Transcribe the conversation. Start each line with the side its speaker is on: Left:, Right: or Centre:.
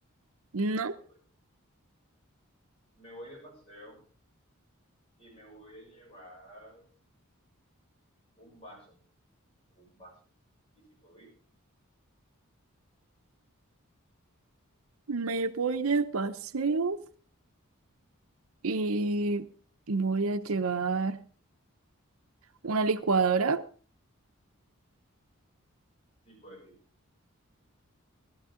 Right: No,
Left: puedes ir. Me voy de paseo y me voy a llevar un vaso. Un vaso. Y si puedo ir,
Right: me voy de paseo y
Left: Mm.
Right: voy a llevar una licuadora.
Left: sí puedes ir.